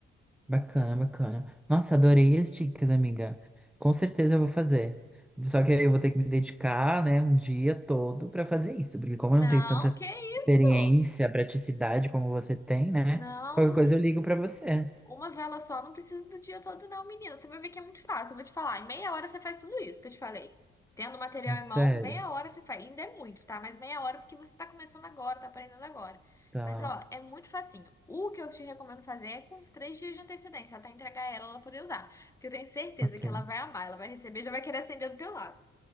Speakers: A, in the centre; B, on the left (about 15°).
A: Bacana, bacana. Nossa, adorei as dicas, amiga. Com certeza eu vou fazer. Só que aí eu vou ter que me dedicar, né, um dia todo para fazer isso, porque como
B: Não,
A: eu não tenho tanta
B: que isso?
A: experiência, praticidade como você tem, né?
B: Não.
A: Qualquer coisa eu ligo para você.
B: Uma vela só não precisa do dia todo, não, menina. Você vai ver que é muito fácil. Eu vou te falar. Em meia hora você faz tudo isso que eu te falei. Tendo material
A: É sério?
B: em mão, meia hora você faz. Ainda é muito, tá? Mas meia hora porque você tá começando agora, tá aprendendo agora.
A: Tá.
B: Mas, ó, é muito facinho. O que eu te recomendo fazer é com uns três dias de antecedência, até entregar ela, ela poder usar. Porque eu tenho certeza
A: Ok.
B: que ela vai amar, ela vai receber, e já vai querer acender do teu lado.